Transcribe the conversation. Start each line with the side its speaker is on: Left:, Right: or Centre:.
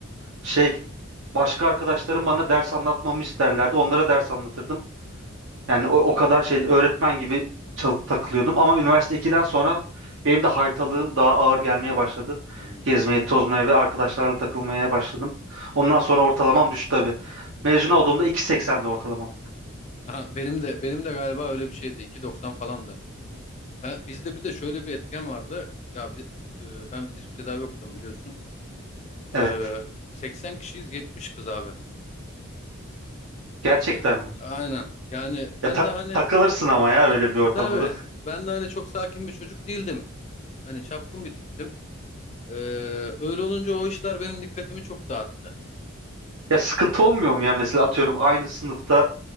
Right: Şey başka arkadaşlarım bana ders anlatmamı isterlerdi. Onlara ders anlatırdım. Yani o, o kadar şey öğretmen gibi çal- takılıyordum ama üniversite ikiden sonra benim de haytalığım daha ağır gelmeye başladı.
Left: Hmm.
Right: Gezmeye, tozmaya ve arkadaşlarla takılmaya başladım. Ondan sonra ortalamam düştü tabii. Mezun olduğumda 2.80'de ortalamam.
Left: <laughs> Aha, benim de benim de galiba öyle bir şeydi. 2.90 falandı. Ben, bizde bir de şöyle bir etken vardı. Ya bi- e, ben fizik tedavi okudum biliyorsun.
Right: Evet.
Left: Ee, 80 kişiyiz 70 kız abi.
Right: Gerçekten
Left: Ee,
Right: mi?
Left: aynen. Yani ben
Right: Ya ta-
Left: de hani
Right: takılırsın ama ya öyle
Left: e,
Right: bir ortamda
Left: tabii
Right: da. <laughs>
Left: ben de hani çok sakin bir çocuk değildim. Hani çapkın bir tiptim. Ee, öyle olunca o işler benim dikkatimi çok dağıttı.
Right: Ya sıkıntı olmuyor mu ya mesela atıyorum aynı sınıfta